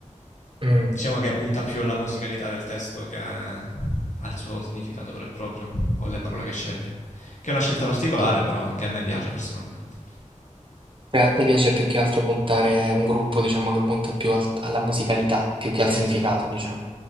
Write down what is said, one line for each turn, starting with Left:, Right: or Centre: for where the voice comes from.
Right: Mm,
Left: Diciamo che punta più alla musicalità del testo che al suo significato vero e proprio o alle parole che sceglie. Che è una scelta particolare
Right: ok.
Left: però che a me piace personalmente.
Right: Cioè, a te piace più che altro puntare un gruppo, diciamo, che punta più al- alla musicalità, più che
Left: Sì,
Right: al significato,
Left: sì,
Right: diciamo.